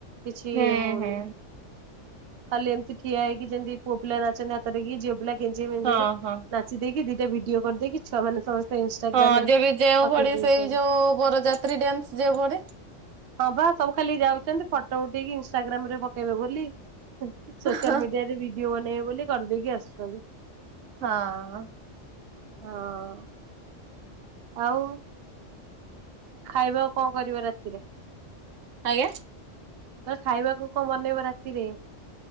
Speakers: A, on the right; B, on the right.
A: କିଛି
B: ହୁଁ
A: ହଉନି।
B: ହୁଁ
A: ଖାଲି ଏମିତି ଠିଆ ହେଇକି ଯେମିତି ପୁଅ ପିଲା ନାଚନ୍ତି ହାତରେ କି ଝିଅ ପିଲା କେେଞଜିେଇ ମେଞ୍ଜି
B: ହଁ
A: ରେ
B: ହଁ
A: ନାଚି ଦେଇକିି। ଭିଡିଓ କରିଦେଇକି ଛଆ ମାନ ସମସ୍ତେ। ଇନଷ୍ଟାଗ୍ରାମ
B: ହଁ
A: ରେ
B: ଯେ ଯେଉଁ
A: ପକେଇ
B: ପଡେ
A: ଦଉଛନ୍ତି।
B: ସେଇ ଯୋଉ ବରଯାତ୍ରୀ ଡ୍ୟାନ୍ସ ଯଉ ପଡ଼େ।
A: ହଁ ବା ସବୁ ଖାଲି ଯାଉଛନ୍ତି ଫଟୋ ଉଠେଇକି ଇନସଟାଗ୍ରାମ ରେ ପକେଇବେ ବୋଲି। ସୋସିଆଲ
B: ହଁ
A: ମିଡିଆରେ ଭିଡିଓ ବନେଇବେ ବୋଲି କରିଦେଇକି ଆସୁଛନ୍ତି।
B: ହଁ।
A: ହଁ ଆଉ। ଖାଇବା ଆଉ କଣ କରିବା ରାତିରେ?
B: ଆଜ୍ଞା।
A: କଇଲି ଖାଇବାକୁ କଣ ମନେଇବ ରାତିରେ।